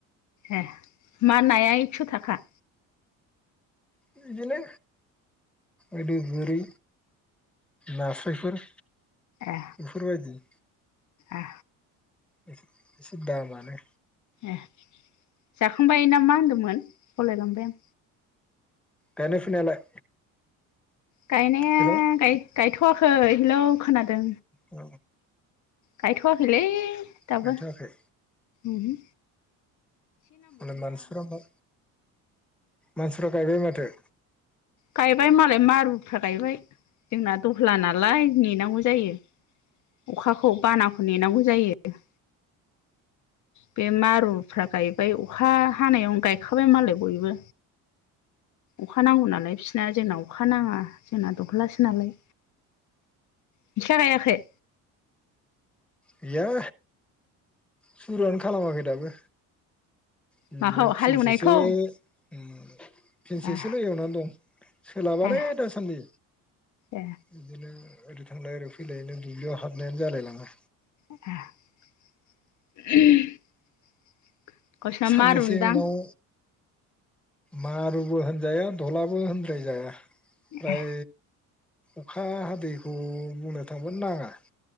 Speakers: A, on the left; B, in the centre.
A: ए मा नाया एक्स' थाखा?
B: ओरैनोलै ओदो गोरि नास्रायफोर
A: ए
B: बेफोरबायदि
A: ए
B: एसे एसे दामआनो
A: ए। जाखांबाय ना मा होनदोंमोन बावलायलांबाय आं।
B: गायनाय फुनायालाय?
A: गायनाया
B: हेलौ
A: गाय गायथ' थ'आखै हेलौ खोनादों।
B: औ
A: गायथ'वाखैलै दाबो
B: गायथ'वाखै
A: ओमहो।
B: मालाय मानसिफ्रा बा मानसिफ्रा गायबाय माथो।
A: गायबाय मालाय मारुफ्रा गायबाय जोंना दहला नालाय नेनांगौ जायो अखाखौ बानाखौ नेनांगौ जायो। बे मारुफ्रा गायबाय अखा हानायावनो गायखाबाय मालाय बयबो अखा नांगौ नालाय बिसिना जोंना अखा नाङा जोंना दहलासो नालाय नोंस्रा गायाखै?
B: गैया। सुरुआनो खालामाखै दाबो। बिदिनो
A: माखौ हालेवनायखौ
B: फिनसेसो ओम फिनसेसोल'
A: ए
B: एवनानै दं सोलाबालै
A: ए
B: दासान्दि
A: ए
B: बिदिनो। ओरै थांलाय ओरै फैलायनो दुब्लियाव हाबनायानो जालाय लाङा।
A: ए <unintelligible> गावसिना
B: साननैसो
A: मारुनदां
B: उनाव मारुबो होनजाया दलाबो होनद्रायजाया। फ्राय
A: ए
B: अखा हादैखौ बुंनो थाङोबा नाङा।